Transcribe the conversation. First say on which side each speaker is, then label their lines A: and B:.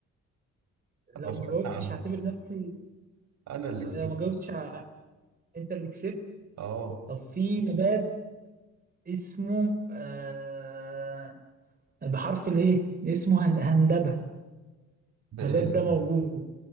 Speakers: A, on the right; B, on the right.
A: ابقى
B: لو
A: فرقت
B: ما جاوبتش
A: عنه
B: هعتبر نفسي
A: انا اللي كسبت
B: لو ما جاوبتش ه- انت اللي كسبت
A: اه
B: طب في نبات اسمه آه... بحرف اله اسمه هن... هندبة
A: ده
B: نبات
A: ايه ده
B: ده موجود